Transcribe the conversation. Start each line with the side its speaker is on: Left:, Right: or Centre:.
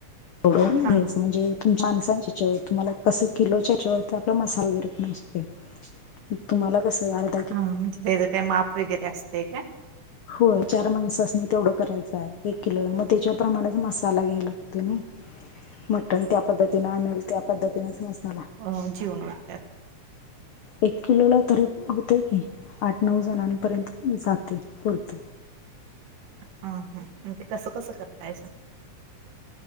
Left: तेवढं
Right: हा
Left: घ्यायचं म्हणजे माणसांच्या याच्यावर तुम्हाला कस किलो त्याच्यावरती आपला मसाल वगैरे पण असतय तुम्हाला कसं आरड
Right: हा म्हणजे त्याचं काय माप वगैरे असतय काय
Left: होय चार माणसासनी तेवढं करायचं हाय एक किलोला म त्याच्या प्रमाण मसाला घ्यायला लागतोय नय मटण त्या पद्धतीने आनल त्या पद्धतीनेच मसाला
Right: अ जीवून उठत्यात.
Left: एक किलोला तरी होतय की आठ नऊ जणांपर्यंत जातय पुरतय.
Right: हा हा म ते कसं कसं करतायसा